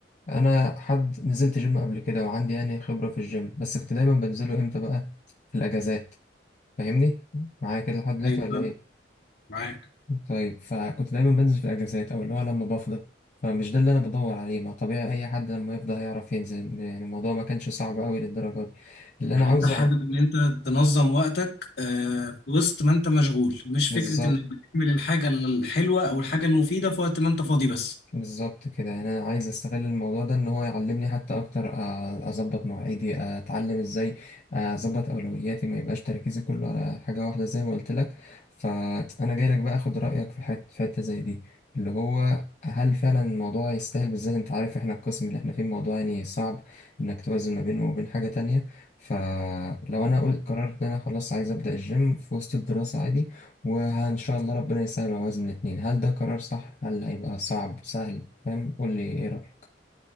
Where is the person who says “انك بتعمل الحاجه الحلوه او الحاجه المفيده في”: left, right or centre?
Left